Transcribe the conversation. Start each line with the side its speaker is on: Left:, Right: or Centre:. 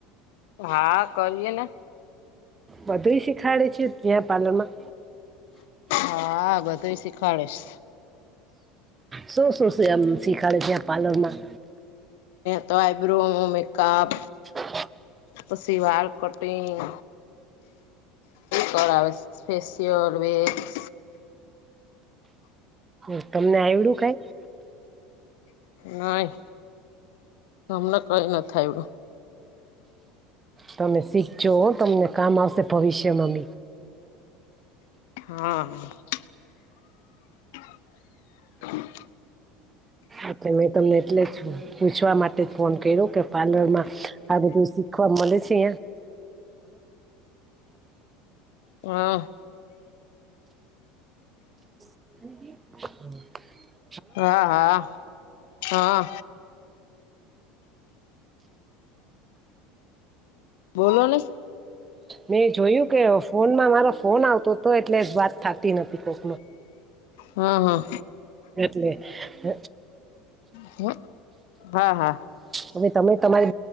Left: હા કરીએને
Right: બધું શીખાડે છે ત્યાં પાર્લર માં
Left: હા બધુંય શીખવાડેશ
Right: શું શું એમ શીખાડે છે તયા પાર્લરમાં
Left: તો આઈબ્રો મેકઅપ
Right: હા
Left: પછી વાળ કટિંગ કરાવે ફેશિયલ વેક્સ
Right: હ તમને આવડું કાઈ
Left: નઈ અમને કઈ નથી આવડુ
Right: તમે શીખજો હો તમને કામ આવશે ભવિષ્યમાં
Left: હા હા
Right: એટલે મેં તમને એટલે જ પૂછવા માટે જ ફોન કર્યો કે પાર્લરમાં આ બધું શીખવા મળે છે
Left: હા
Right: હ હમ
Left: હા હા હા બોલો ને
Right: મેં જોયું કે ફોનમાં મારો ફોન આવતો હતો એટલે વાત થતી નથી કોક નો.
Left: હા હા
Right: એટલે હ
Left: હ હા હા
Right: હવે તમે તમારે